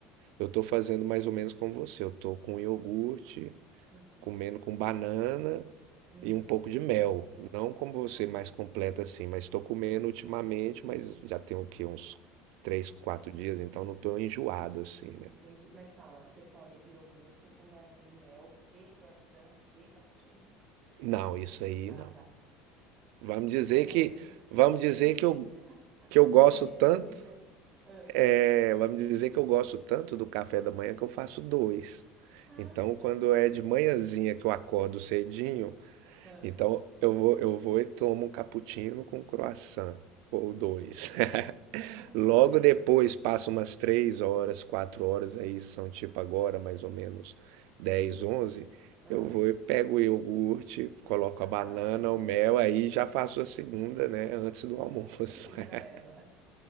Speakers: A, on the right; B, on the right.
A: eu estou fazendo mais ou menos como você. Eu estou com iogurte,
B: Uhum.
A: comendo com banana
B: Hum,
A: e um pouco de mel. Não como você,
B: ah,
A: mais completa assim. Mas estou comendo ultimamente, mas já tem o quê? Uns três, quatro dias. Então, não estou enjoado assim, né?
B: entendi. Mas calma, você come iogurte com banana e mel e croissant e cappuccino?
A: Não, isso aí
B: Ah,
A: não.
B: tá.
A: Vamos dizer
B: Falei, nossa,
A: que,
B: que,
A: vamos
B: que,
A: dizer que eu, que eu gosto
B: que refeição
A: tanto.
B: gigante. Ah,
A: É, ela me dizer que eu gosto tanto do café da manhã que eu faço dois.
B: ah,
A: Então, quando é de manhãzinha que eu acordo cedinho, então
B: ah,
A: eu vou, eu vou e tomo um cappuccino com croissant, ou
B: entendi.
A: dois. <laughs>
B: <laughs>
A: Logo depois, passa umas três horas, quatro horas, aí são tipo agora, mais ou menos 10, 11.
B: Ah,
A: eu vou e pego o iogurte, coloco
B: ah,
A: a banana,
B: entendi.
A: o mel, aí já faço a segunda, né, antes do almoço.
B: A segunda
A: <laughs>
B: leva.